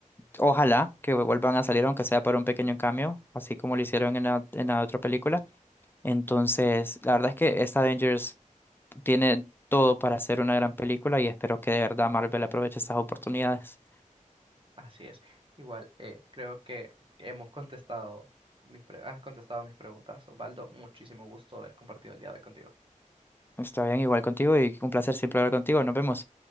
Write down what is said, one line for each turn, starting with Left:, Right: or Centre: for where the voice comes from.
Left: Ojalá que vuelvan a salir, aunque sea para un pequeño cambio, así como lo hicieron en la, en la otra película. Entonces, la verdad es que esta Avengers tiene todo para hacer una gran película y espero que de verdad Marvel aproveche estas oportunidades.
Right: Así es. Igual, eh, creo que hemos contestado mis pre- has contestado mis preguntas, Osvaldo. Muchísimo gusto haber compartido el día de hoy contigo.
Left: Está bien, igual contigo y un placer siempre hablar contigo. Nos vemos.